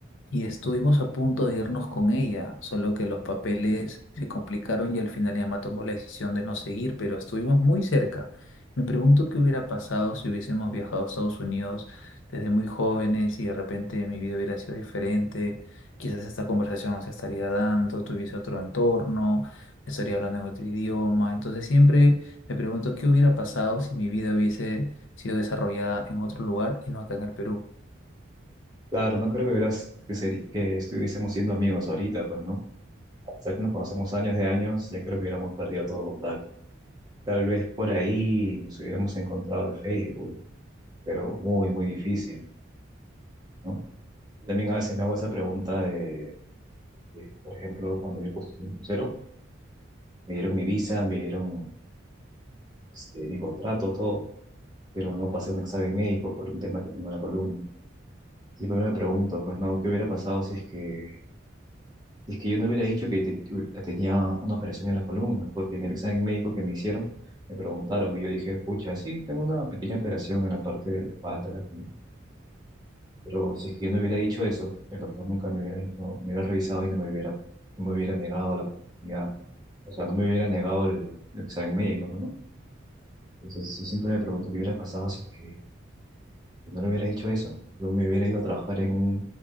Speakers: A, on the left; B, on the right.
A: y estuvimos a punto de irnos con ella, solo que los papeles se complicaron y al final ella más tomó la decisión de no seguir, pero estuvimos muy cerca. Me pregunto qué hubiera pasado si hubiésemos viajado a Estados Unidos desde muy jóvenes y de repente mi vida hubiera sido diferente. Quizás esta conversación no se estaría dando, tuviese otro entorno, estaría hablando en otro idioma. Entonces siempre me pregunto qué hubiera pasado si mi vida hubiese sido desarrollada en otro lugar y no acá en el Perú.
B: Claro, no creo que hubieras que, seri- que estuviésemos siendo amigos ahorita, pues, ¿no? A pesar que nos conocemos años de años, ya creo que hubiéramos perdido todo contacto. Tal vez por ahí nos hubiéramos encontrado en Facebook, pero muy, muy difícil, ¿no? También a veces me hago esa pregunta de, de, por ejemplo, cuando yo postulé un crucero, me dieron mi visa, me dieron este, mi contrato, todo, pero no pasé un examen médico por un tema que tengo en la columna. Siempre me pregunto, pues, ¿no? ¿Qué hubiera pasado si es que Es que yo no hubiera dicho que te- tenía una operación en la columna, porque en el examen médico que me hicieron me preguntaron y yo dije, pucha, sí, tengo una pequeña operación en la parte de la espalda, de la columna. Pero si es que yo no hubiera dicho eso, el doctor nunca me hubiera dicho, me hubiera revisado y no me hubiera, no me hubiera negado la oportunidad. O sea, no me hubiera negado el, el examen médico, ¿no? Entonces, yo siempre me pregunto qué hubiera pasado si es que no le hubiera dicho eso. Yo me hubiera ido a trabajar en un,